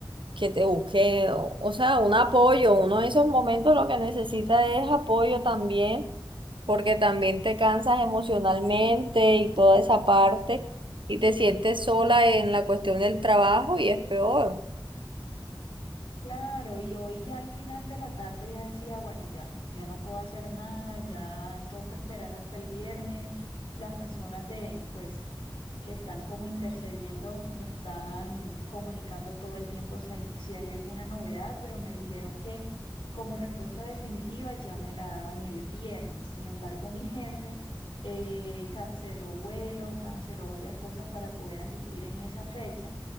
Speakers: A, on the right; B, on the left.
A: que te busque, o, o sea, un apoyo. Uno en esos momentos lo que necesita es apoyo también, porque también te cansas emocionalmente y toda esa parte, y te sientes sola en la cuestión del trabajo y es peor.
B: Claro, y hoy ya al final de la tarde ya decía, bueno, ya, ya no puedo hacer nada, ya toca esperar hasta el viernes. Las personas de, pues, que están como intercediendo, me están comunicando todo el tiempo si hay, si hay alguna novedad, pero me dijeron que como respuesta definitiva ya me la daban el viernes. Sin embargo, mi jefe eh, canceló vuelo, canceló varias cosas para poder asistir en esa fecha